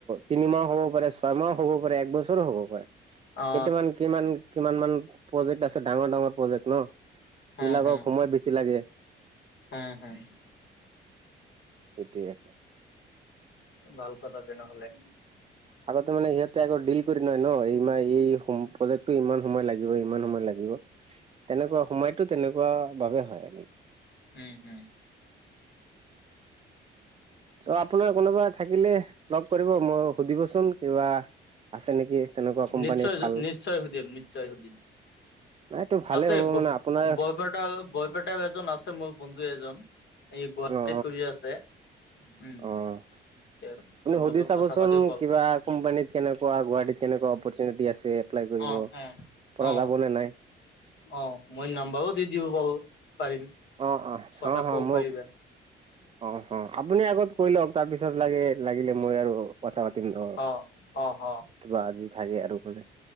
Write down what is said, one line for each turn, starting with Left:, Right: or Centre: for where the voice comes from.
Right: তিনিমাহ হ'ব পাৰে, ছয়মাহো হ'ব পাৰে, এক বছৰো হ'ব পাৰে,
Left: অ
Right: কেইটামান কিমান, কিমান মান প্ৰজেক্ট আছে, ডাঙৰ ডাঙৰ প্ৰজেক্ট ন,
Left: হম
Right: এইবিলাকক
Left: হম
Right: সময় বেছি লাগে।
Left: হম, হম।
Right: সেইটোয়ে।
Left: ভাল কথা তেনেহলে।
Right: আগতে মানে সিহঁতে আকৌ ডিল কৰি লয় ন, এই মা এই প্ৰজেক্ট ইমান সময় লাগে। ইমান সময় লাগিব, তেনেকুৱা সময়তো তেনেকুৱা বাবে হয়।
Left: উম, হম।
Right: অ আপোনাৰ কোনোবা থাকিলে লগ কৰিব মই সুধিবচোন কিবা আছে নেকি তেনেকুৱা কোম্পানী
Left: নিশ্চয়
Right: ভাল
Left: নিশ্চয় সুধিম নিশ্চয় সুধিম
Right: নাইটো ভালে
Left: আছে
Right: হ'ব মানে আপোনাৰ
Left: বৰপেটা বৰপেটাৰ এজন আছে মোৰ বন্ধু এজন এই গুৱাহাটীত
Right: অ
Left: কৰি আছে উম
Right: অ অ
Left: তেওঁৰ
Right: আপুনি
Left: তেওঁৰ
Right: সুধি
Left: লগত
Right: চাবচোন
Left: কথা পাতিব পাৰো
Right: কিবা কোম্পানীত কেনেকুৱা গুৱাহাটীত কেনেকুৱা অপৰচুনিটি আছে এপ্লাই কৰিব।
Left: অ এ
Right: পৰা
Left: অ
Right: যাব নে নাই
Left: অ মই নাম্বাৰো দি দিব বাৰু পাৰিম
Right: অ
Left: কথা
Right: হ হ
Left: ক'ব
Right: মোক
Left: পাৰিব
Right: অ অ আপুনি আগত কৈ লওক তাৰপিছত লাগে লাগিলে মই আৰু কথা পাতিম ন
Left: অ অ অ
Right: কিবা আজি থাকে আৰু মানে